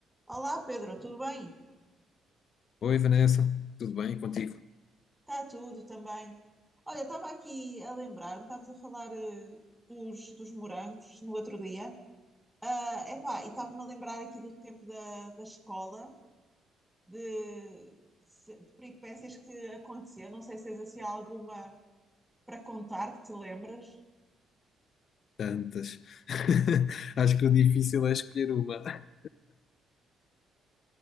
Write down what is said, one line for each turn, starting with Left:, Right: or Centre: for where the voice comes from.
Centre: Olá Pedro, tudo bem?
Left: Oi Vanessa, tudo bem contigo?
Centre: Está tudo também. Olha, estava aqui a lembrar-me, estávamos a falar eh, dos, dos morangos no outro dia. Ah, epá, e estava-me a lembrar aqui do tempo da, da escola, de, se- de peripécias que aconteciam. Não sei se tens assim alguma para contar que te lembras.
Left: Tantas. <laughs> Acho que o difícil é escolher uma.